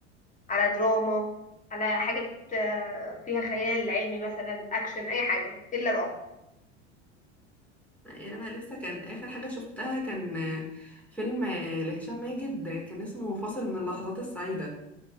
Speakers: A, on the left; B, in the centre.
A: على دراما على حاجه آه، فيها خيال علمي مثلا اكشن اي حاجه الا رعب
B: يعني انا لسه كان اخر حاجه شفتها كان آه، فيلم آه، لهشام ماجد آه، كان اسمه فاصل من اللحظات السعيده